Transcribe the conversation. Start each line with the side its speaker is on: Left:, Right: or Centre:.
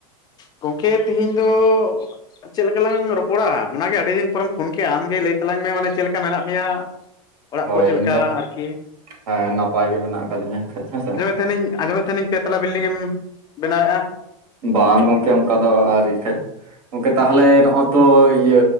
Left: ᱜᱚᱢᱠᱮ ᱛᱤᱦᱤᱧ ᱫᱚ ᱟᱨ ᱪᱮᱫ ᱞᱮᱠᱟ ᱞᱟᱝ ᱨᱚᱯᱚᱲᱟ ᱚᱱᱟᱜᱮ ᱟᱹᱰᱤ ᱫᱤᱱ ᱯᱚᱨᱮᱢ ᱯᱷᱳᱱ ᱠᱮᱫᱮᱜᱼᱟ, ᱟᱢᱜᱮ ᱞᱟᱹᱭ ᱛᱟᱞᱟᱝ ᱢᱮ ᱢᱟᱱᱮ ᱪᱮᱫ ᱞᱮᱠᱟ ᱢᱮᱱᱟᱜ ᱢᱮᱭᱟ? ᱚᱲᱟᱜ
Right: ᱦᱳᱭ
Left: ᱠᱚ ᱪᱮᱫ
Right: ᱤᱧ
Left: ᱞᱮᱠᱟ
Right: ᱫᱚ
Left: ᱟᱨᱠᱤ
Right: ᱦᱮᱸ ᱱᱟᱯᱟᱭ ᱜᱮ ᱢᱮᱱᱟᱜ ᱠᱟᱫᱤᱧᱟ ᱠᱷᱟᱡ ᱦᱮᱸᱥᱮ᱾
Left: ᱱᱤᱧ ᱟᱸᱡᱚᱢᱮᱫ ᱛᱟᱦᱮᱱᱤᱧ ᱯᱮ ᱛᱟᱞᱟ ᱵᱤᱞᱰᱤᱝ ᱮᱢ ᱵᱮᱱᱟᱣᱮᱫᱼᱟ?
Right: ᱵᱟᱝ ᱜᱚᱝᱠᱮ ᱚᱱᱠᱟ ᱫᱚ ᱟᱹᱣᱨᱤ ᱠᱟᱡ, ᱜᱚᱝᱠᱮ ᱛᱟᱦᱚᱞᱮ ᱱᱚᱜ ᱛᱚ ᱤᱭᱟᱹ